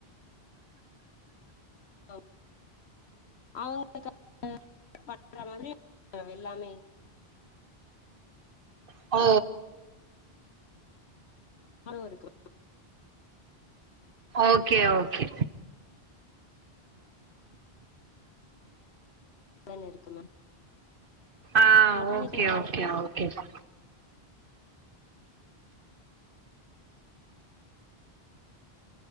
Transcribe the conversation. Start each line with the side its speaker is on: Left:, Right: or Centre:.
Left: <inaudible> அவங்களுக்கு பண்ற மாரி எல்லாமே
Right: ஆ
Left: <unintelligible> இருக்கு
Right: ஓகே ஓகே
Left: <unintelligible> இருக்கு மேம்
Right: ஆ
Left: பொட்டானிக்கல்
Right: ஓகே ஓகே ஓகே பா